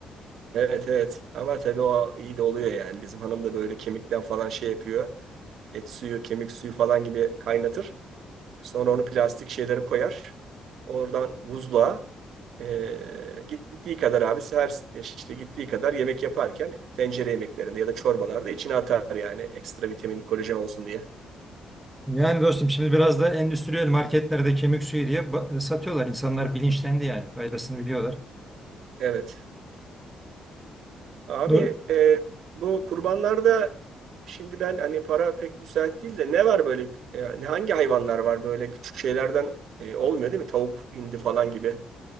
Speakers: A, on the right; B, in the centre.
A: Evet evet. Ama tabii o iyi de oluyor yani. Bizim hanım da böyle kemikten falan şey yapıyor. Et suyu, kemik suyu falan gibi kaynatır. Sonra onu plastik şeylere koyar. Oradan buzluğa e, gittiği kadar abi her işte gittiği kadar yemek yaparken tencere yemeklerinde ya da çorbalarda içine atar yani ekstra vitamin, kolajen olsun diye.
B: Yani dostum şimdi biraz da endüstriyel marketlerde kemik suyu diye ba- satıyorlar. İnsanlar bilinçlendi yani faydasını biliyorlar.
A: Evet. Abi
B: Do-
A: e, bu kurbanlarda şimdi ben hani para pek müsait değil de ne var böyle e, ne hangi hayvanlar var böyle küçük şeylerden e, olmuyor değil mi? Tavuk, hindi falan gibi.